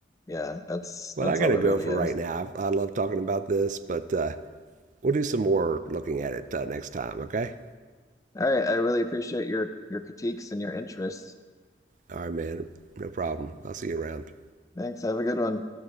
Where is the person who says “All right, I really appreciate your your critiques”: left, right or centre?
Left